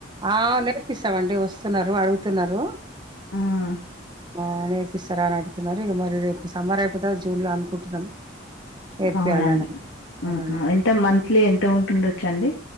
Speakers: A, on the right (about 25°); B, on the left (about 75°).
A: ఆ నేర్పిస్తామండి వస్తున్నారు అడుగుతున్నారు
B: హ్మ్.
A: ఆ నేర్పిస్తారా అని అడుతున్నారు ఇక మరి రేపు సమ్మర్ అయిపోతే జూన్ లో అనుకుంటున్నాం నేర్పియాలని
B: అవునండి
A: అవునండి
B: ఎంత మంత్లీ ఎంత ఉంటుండొచ్చు అండి